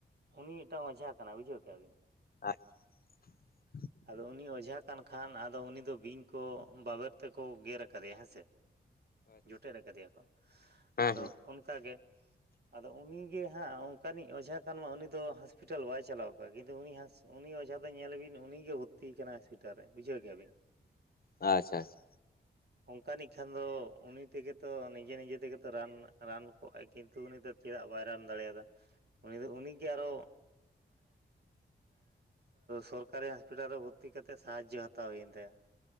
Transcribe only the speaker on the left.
<unintelligible>
ᱦᱮᱸ
ᱦᱮᱸ
ᱟᱪᱪᱷᱟ ᱟᱪᱷᱟ,